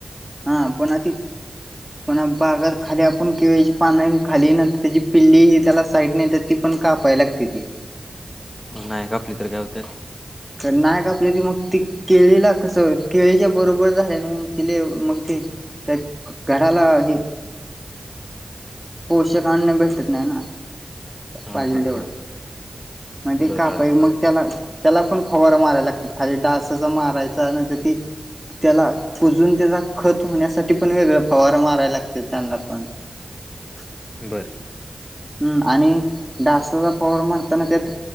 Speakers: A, in the centre; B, on the left.
A: हा पण अ पण बागात खाली आपण केळीची पानं खाली त्याची पिल्ली ही त्याला साईट नाही तर ती पण का पाय लागती ती
B: नाही का आपली तर गवते
A: नायक आपल्या त मग त केळीला कस केळीच्या बरोबर झाले ना उंचिले मग ते त्या घराला हे पोषक आणणे भेटत नाही ना.
B: हा
A: पाहिजेल
B: हा
A: तेवढा
B: हा
A: मग ते
B: बर
A: कापाई
B: बर
A: मग त्याला त्याला पण फवारा मारायला लागतात खाली डासच मारायचा नंतर ती त्याला पुजून त्याचा खत होण्यासाठी पण वेगळ फवार माराय लागते त्यांना पण ह
B: बर
A: हम्म आणि डासाचा फवार मारताना त्यात